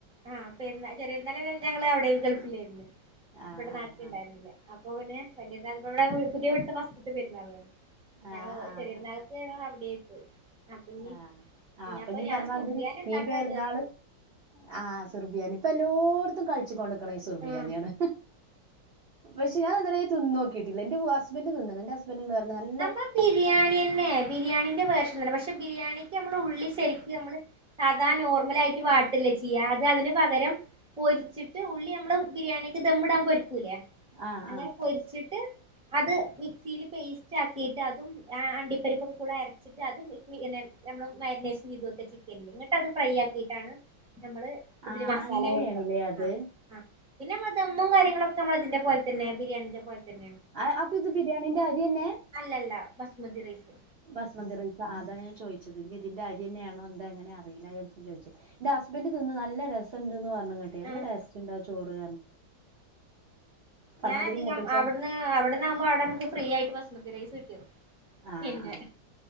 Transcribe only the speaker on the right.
ആഹ്
ആഹ്
ആഹ്
ആഹ് ആഹ്
ആഹ് ആഹ്
ഇനി
പറഞ്ഞാതിരി
ഈ പെരുന്നാള്
ആഹ് സുർബിയാനി ഇപ്പൊ എല്ലോ കളിച്ചോണ്ടിക്കണം ഈ സുർബിയാനിയാണ്
പക്ഷെ ഞാൻ അങ്ങനെ തിന്നോ കിട്ടില്ല എന്റെ ഹസ്ബന്റ് തിന്ന്ണ് എന്റെ <unintelligible> പറഞ്ഞാല്
ആഹ്
ആഹ്
ആഹ്
അങ്ങനെയാണില്ലേ
അത്
ഹ അപ്പൊ ഇത് ബിരിയാണിന്റെ അരി തന്നെ
ബസ്മതി റൈസ് അതാഞാചോയ്ച്ചത് ഇനി ഇതിന്റെ അരിന്നെയാണോ എന്താങ്ങനെ അറിയില്ലയിച്ച ചോദിച്ചത് ന്റെ ഹസ്ബന്ഡറ് തിന്ന് നല്ല രസണ്ടന്ന് പറഞ്ഞു കേട്ടെ നല്ല
ടേസ്റ്റ് ഉണ്ടാ ചോറ് പറഞ്ഞാതിരി
മൂത്തച്ച
ആഹ്